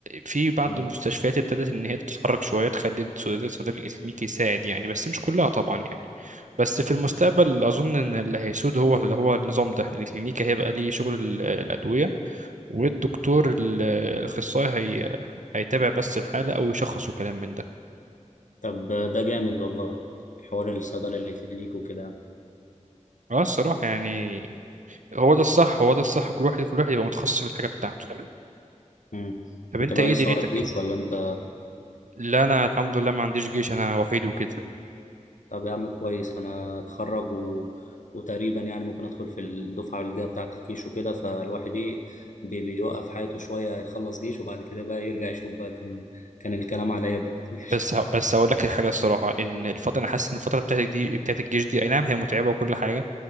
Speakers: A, on the right; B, on the left.
A: في بعض
B: مم.
A: المستشفيات ابتدت ان هي تتحرك شويه تخلي الصيدلي الصيدلي الاكلينيكي يساعد يعني بس مش كلها طبعا يعني بس في المستقبل اظن ان اللي هيسود هو اللي هو النظام ده الاكلينيكي هيبقى ليه شغل ال- الادويه والدكتور ال- الاخصائي هي هيتابع بس الحاله او يشخص وكلام من ده
B: طب آه، ده جامد والله حوار الصيدله الكلينيكي وكده
A: اه الصراحه يعني هو ده الصح هو ده الصح كل واحد كل واحد يبقى متخصص في الحاجه بتاعته
B: مم.
A: طب انت
B: انت بقى
A: ايه
B: لسه
A: دنيتك
B: ورا الجيش ولا انت
A: لا انا الحمد لله ما عنديش جيش انا وحيد وكده
B: طب يا عم كويس انا اتخرج و... وتقريبا يعني ممكن ادخل في الدفعه اللي جايه بتاعه الجيش وكده فالواحد ايه بي... بيوقف حياته شويه يخلص جيش وبعد كده بقى يرجع يشوف بقى كان كان الكلام عليا بيه <laughs>
A: بس ه- بس هقول لك حاجه الصراحه ان الفتره انا حاسس ان الفتره بتاعتك دي بتاعت الجيش دي اي نعم هي متعبه وكل حاجه